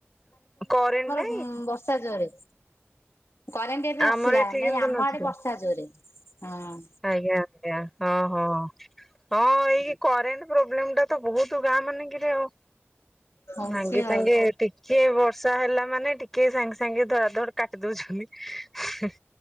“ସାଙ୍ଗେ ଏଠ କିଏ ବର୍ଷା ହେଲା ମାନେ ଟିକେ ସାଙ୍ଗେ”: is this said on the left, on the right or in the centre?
Centre